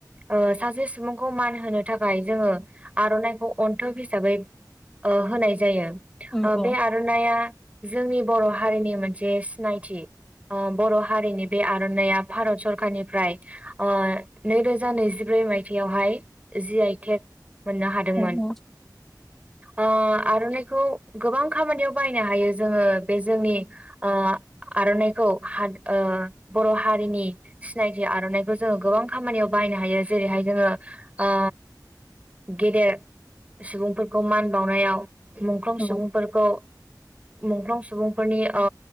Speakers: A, on the right (about 20°); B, in the centre.
A: ओ सासे सुबुंखौ मान होनो थाखाय जोङो आर'नाइखौ अन्थोब हिसाबै ओ होनाय जायो।
B: औ औ
A: ओबे आर'नाइया जोंनि बर' हारिनि मोनसे सिनायथि। अ बर' हारिनि बे आर'नाइया भारत सरखारनिफ्राय ओ नैरोजा नैजि ब्रै मायथाइयावहाय जि आइ टेक मोननो हादोंमोन।
B: औ
A: ओ आर'नाइखौ गोबां खामानियाव बायनो हायो जोङो बे जोंनि ओ आरन'नाइखौ हा बर' हारिनि सिनायथि आर'नाइखौ जोङो गोबां खामानियाव बाहाय नायनो हायो। जेरै हाय जोङो ओ गेदेर सुबुंफोरखौ मान बावनायाव मुंख्लं
B: औ
A: सुबुंफोरखौ मुंख्लं सुबुंफोरनि ओ